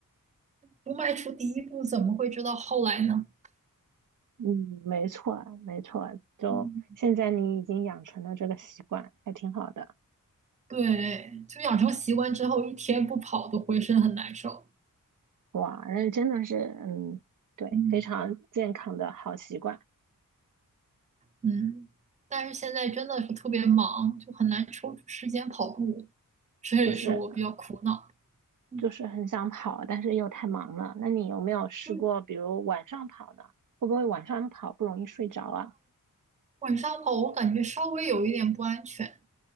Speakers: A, on the right; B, on the right.
A: 不迈出第一步，怎么会知道后来呢？
B: 嗯，没错，没错。就现在你已经养成了这个习惯，
A: 嗯，
B: 还挺好的。
A: 对，就养成习惯之后，一天不跑都浑身很难受。
B: 哇，那真的是，嗯，对，
A: 嗯，
B: 非常健康的好习惯。
A: 嗯，但是现在真的是特别忙，就很难抽出时间跑步，这也是我比较苦恼的。
B: 就是
A: 嗯，
B: 就是很想跑，但是又太忙了。那你有没有试过，
A: 就是
B: 比如晚上跑呢？会不会晚上跑不容易睡着啊？
A: 晚上跑我感觉稍微有一点不安全。